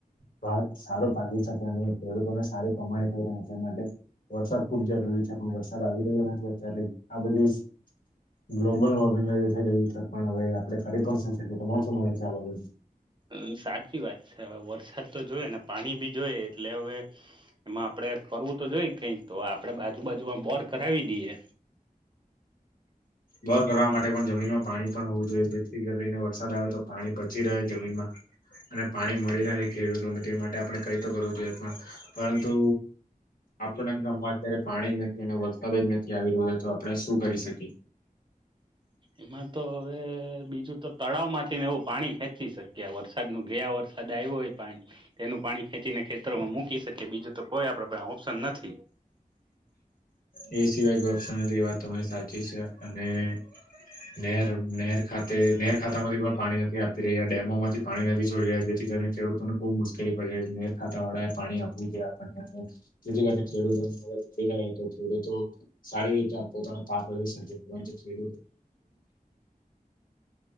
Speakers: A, on the left; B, on the right.
A: ભાત સારું પાકી શકે અને ખેડૂતોને સારી કમાણી થઈ રહે છે માટે વરસાદ ખુબ જરૂરી છે પણ વરસાદ આવી રહ્યો નથી. ત્યારે આ બધી ગ્લોબલ વોર્મિંગ થઈ ગય છે પણ હવે આપણે કરી પણ શું શકીએ તમારું શું માનવું છે આ બાબતે?
B: અમ સાચી વાત છે હવે વરસાદ તો જોયે ને પાણી બી જોઈ એટલે હવે એમાં આપડે કરવું તો જોઈએ કઈક તો આપડે બાજુ બાાજુમાં બોર કરાવી દઈએ.
A: બર કરવા માટે પણ જમીનમાં પાણી પણ હોવું જોઈએ જેથી કરીને વરસાદ આવે તો પાણી પચી રહે જમીનમાં અને પાણી મળી રહે ખેડૂતોને તે માટે આપણે કઈ તો કરવું જોઈએ પણ પરંતુ આપણા ગામમાં અત્યારે પાણી જ નથી અને વરસાદ જ નથી આવી રહ્યો હોય તો આપણે શું કરી શકે.
B: એમાં તો હવે બીજું તો તળાવ માંથી ને એવું પાણી ખેંચી શકએ વરસાદ ન ગયા વરસાદ આવ્યો હોય પા તેનું પાણી ખેંચી ને ખેતરોમાં મૂકી શકી બીજું તો કોઈ આપડ પા ઓપ્શન નથી
A: એ સિવાય કોઈ ઓપ્શન વાત તમારી સાચી છે અનેર નેર ખાતે નેર ખાતામાંથી પણ પાણી નથી આપી રહ્યા ડેમોમાંથી પાણી નથી છોડી રહ્યા જેથી કરીને ખેડૂતોને ખુબ મુશ્કેલી પડી રહી નેર ખાતા વાળા એ પાણી આપવું જોઈએ આપણને જેથી કરીને ખેડૂતોને મદદ મળડી રહે એ તો સારી રીતે પોતાનો પાક લઈ શકે ખેડૂત કરી